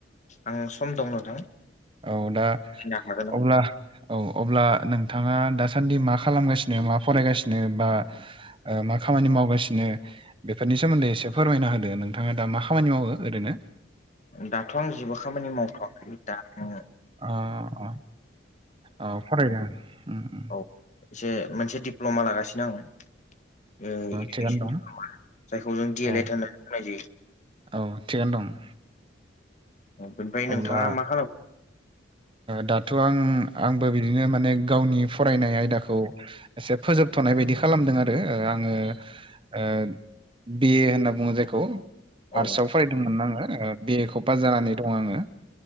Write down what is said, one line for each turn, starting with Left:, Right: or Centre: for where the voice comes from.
Left: आं सम दं नोंथां
Right: औ दा
Left: फिनो हागोन
Right: अब्ला औ अब्ला नोंथाङा दासान्दि मा खालामगासिनो मा फरायगासिनो बा मा खामानि मावगासिनो बेफोरनि सोमोन्दै एसे फोरमायना होदो नोंथाङा दा मा खामानि मावो ओरैनो?
Left: दाथ' आं जेबो खामानि मावथ'वाखै दा ओ
Right: अ अ अ फरायदों उम उम।
Left: औ एसे मोनसे दिप्ल'मा लागासिनो आङो। औ इडुकेसन
Right: थिगानो दं
Left: डिप्लमा, जायखौ जों डि
Right: औ
Left: एल एड होननानै बुंनाय जायो।
Right: औ थिगानो दं।
Left: ओमफ्राय
Right: अब्ला
Left: नोंथाङा मा खालामो?
Right: दाथ' आं आंबो बिदिनो माने गावनि फरायनाय आयदाखौ एसे फोजोबथ'नाय बायदि खालामदों आरो आङो ओ बि ए होनना बुङो जायखौ।
Left: औ
Right: आर्टसआव फरायदोंमोन आङो बिए खौ पास जानानै दङ आङो।